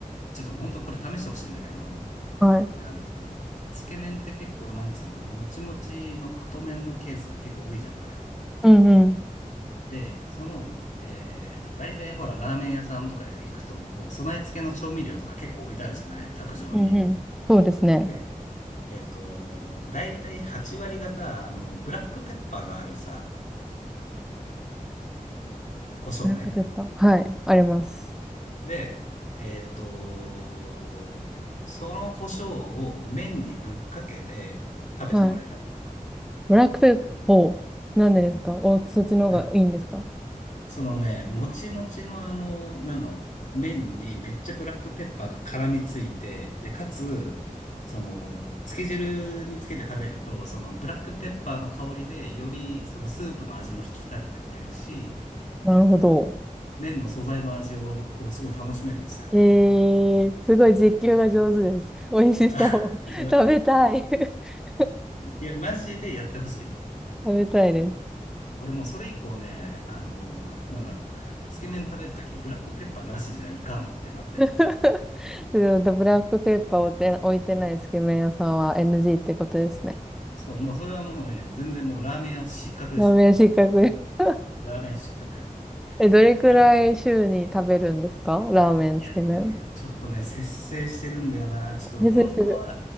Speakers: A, on the left (about 60°); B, in the centre.
A: ちょっと本当これ試してほしいんだけど、
B: はい。
A: あの、つけ麺って結構、なんつうの、もちもちの太麺のケースが結構多いじゃない。
B: うんうん。
A: で、その、えーと、大体ほら、ラーメン屋さんとか行くと、こう、備え付けの調味料とか結構置いてあるじゃない、卓上に。
B: うんうん。そうですね。
A: で、えっと、だいたい8割方、あの、ブラックペッパーがあるさ、胡椒ね。
B: ブラックペッパー。はい。あります。
A: で、えっと、その胡椒を麺にぶっかけて食べてもらいたい。
B: はい。ブラックペッパー。なんでですかお、そっちの方がいいんですか
A: うんそのね、もちもちのあの、なの、麺にめっちゃブラックペッパーが絡みついて、で、かつ、その、つけ汁につけて食べると、そのブラックペッパーの香りで、よりそのスープの味も引き立ててくれるし、
B: なるほど。
A: あの、麺の素材の味を、こう、すごい楽しめるんですよ。
B: えー、すごい実況が上手です。<laughs> 美味しそう。
A: <laughs> あいや、
B: <laughs> 食べたい。<laughs>
A: いやマジでやってほしい。
B: 食べたいです。
A: 俺もうそれ以降ね、あのーなんだ、つけ麺食べるとき、ブラックペッパーなしじゃいかんってなってるもん。
B: <laughs> でもブラックペッパーを置いて、置いてないつけ麺屋さんは NG ってことですね。
A: そう、もうそれはもうね、全然もうラーメン屋失格ですから。
B: ラーメン失格です。
A: ラーメン屋失格。
B: <laughs> え、どれくらい週に食べるんですかラーメン、
A: あと、いやでもね、
B: つけ麺。
A: ちょっとね、節制してるんだよな。ちょっと本当は
B: <laughs> 先生する。